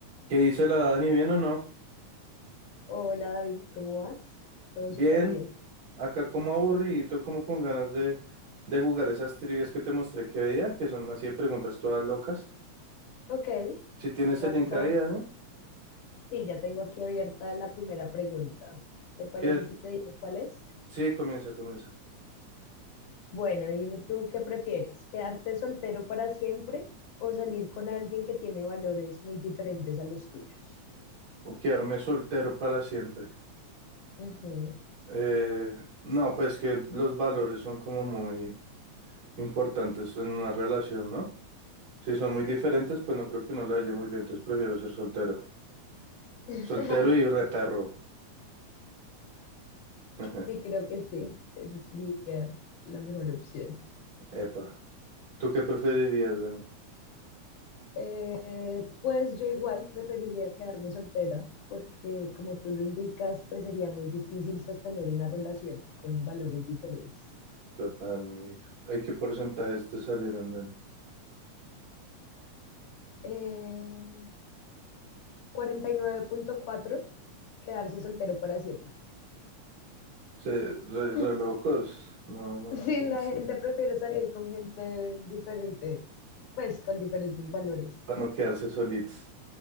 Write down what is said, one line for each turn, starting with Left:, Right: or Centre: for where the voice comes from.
Right: ¿Qué dice la Dani? ¿Bien o no?
Left: Hola David, ¿cómo vas? Todo
Right: Bien,
Left: súper bien.
Right: acá como aburridito, como con ganas de, de jugar esas trivias que te mostré que día, que son así de preguntas todas locas.
Left: Ok,
Right: Si tienes
Left: vamos
Right: el link ahí,
Left: a...
Right: Dani,
Left: Sí, ya tengo aquí abierta la primera pregunta. ¿Te parece
Right: que
Left: si te digo cuál es?
Right: sí, comienza, comienza.
Left: Bueno, dime tú qué prefieres, quedarte soltero para siempre o salir con alguien que tiene valores muy diferentes a los tuyos.
Right: O quedarme soltero para siempre.
Left: Ujú.
Right: Eh, no, pues que los valores son como muy importantes en una relación, ¿no? Si son muy diferentes, pues no creo que no le haya muy bien, entonces prefiero ser soltero.
Left: <laughs>
Right: Soltero y re perro. <laughs>
Left: Sí, creo que sí. Esa sería la mejor opción.
Right: Epa. ¿Tú qué preferirías, Dani?
Left: Eh, pues yo igual preferiría quedarme soltera porque como tú lo indicas, pues sería muy difícil sostener una relación con valores diferentes.
Right: Total, marica. Hay qué porcentajes te salieron, Dani.
Left: Eh, cuarenta y nueve punto cuatro quedarse soltero para siempre.
Right: Se, re,
Left: <laughs>
Right: re locos. No, no,
Left: Sí,
Right: no, ¿cómo
Left: la
Right: así?
Left: gente prefiere salir con gente diferente, pues con diferentes valores.
Right: Para no quedarse solitos,